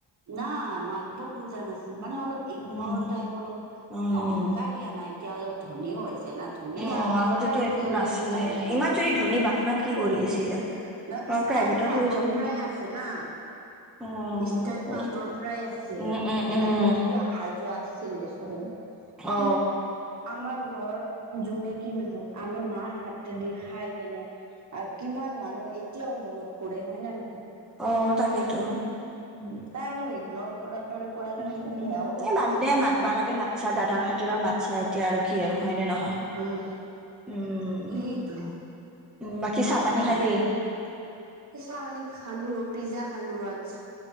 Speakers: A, on the right; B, in the centre.
A: নাই মাতব খোজা নাছিল মানে অলপ ইগন'ৰ
B: উম
A: টাইপ অলপ
B: উম
A: অহংকাৰ ৰিয়া নাই এতিয়া অলপ ধনীও হৈছে না ধনী
B: অ
A: আগৰ
B: আগতেতো
A: পৰাই আহিছে
B: একো
A: অলপ
B: নাছিলে
A: ষ্টাইল টো।
B: ইমান ধনী বাঠনাত কি কৰি আছিলে।
A: ন
B: অ
A: ষ্টাইলটো
B: প্ৰাইভেটত
A: আগৰ
B: লৈ যাব
A: পৰাই আছে না।
B: অ
A: ষ্টাইলটো
B: সেইটো
A: আগৰ পৰাই আছে,
B: উম উম উম
A: আগতেটো আহা যোৱা আছিল দেচ চোন, কিন্তু
B: অ
A: আমাৰ ঘৰত যোনেকি নহওক আমাৰ মাৰ হাতেদি খাই কেনে আৰু কিমান মানুহ এতিয়াও মনত কৰে হয় না নহয়।
B: অ, তাকেইতো।
A: উম, তাই অলপ ইগনৰ কৰাৰ দৰে কৰাৰ কাৰণে
B: উম,
A: মোৰ বেয়াও লাগিছে
B: এই বাদ দে মাতবা লাগে মাতছা দাদাৰ খাতিৰত মাতছা এতিয়া আৰু কি আৰু হয় নে নহয়।
A: উম,
B: উম
A: সেইটো
B: উম বাকী
A: নহে
B: চাহ পানী
A: নামাতোতিলো,
B: খালি
A: চাহপানী খালো ৰ পিজ্জা খালো ৰ আজি